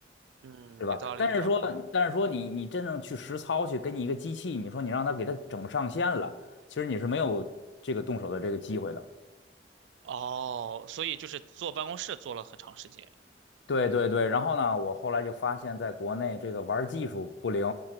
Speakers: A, on the right; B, on the left.
A: 嗯，
B: 对吧？
A: 有道理，
B: 但是说，
A: 有道理。
B: 但是说你你真正去实操去给你一个机器，你说你让他给他整上线了，其实你是没有这个动手的这个机会的。
A: 哦，所以就是坐办公室坐了很长时间。
B: 对对对，然后呢，我后来就发现，在国内这个玩儿技术不灵，